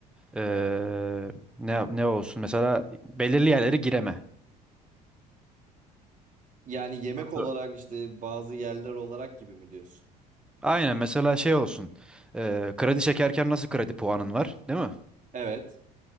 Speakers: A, in the centre; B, on the right (about 40°).
A: Ee, ne ne olsun? Mesela belirli yerlere gireme.
B: Yani yemek
A: Nasıl?
B: olarak işte bazı yerler olarak gibi mi diyorsun?
A: Aynen mesela şey olsun. Ee, kredi çekerken nasıl kredi puanın var, değil mi?
B: Evet